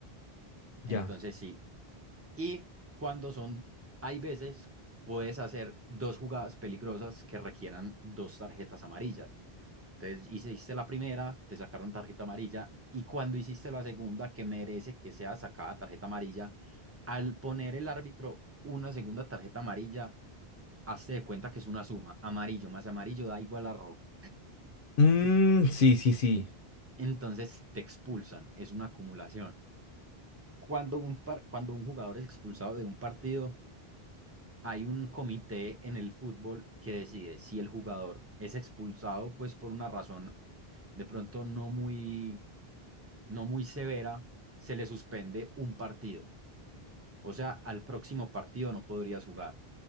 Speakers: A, on the right (about 20°); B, on the left (about 65°).
A: Entonces
B: Ya.
A: sí. Y cuando son, hay veces, puedes hacer dos jugadas peligrosas que requieran dos tarjetas amarillas. Entonces hice- hiciste la primera, te sacaron tarjeta amarilla y cuando hiciste la segunda, que merece que sea sacada tarjeta amarilla, al poner el árbitro una segunda tarjeta amarilla, hazte de cuenta que es una suma, amarillo más amarillo da igual a rojo.
B: Mm, sí, sí, sí.
A: Entonces te expulsan, es una acumulación. Cuando un par- cuando un jugador es expulsado de un partido, hay un comité en el fútbol que decide si el jugador es expulsado pues por una razón de pronto no muy no muy severa, se le suspende un partido. O sea, al próximo partido no podrías jugar.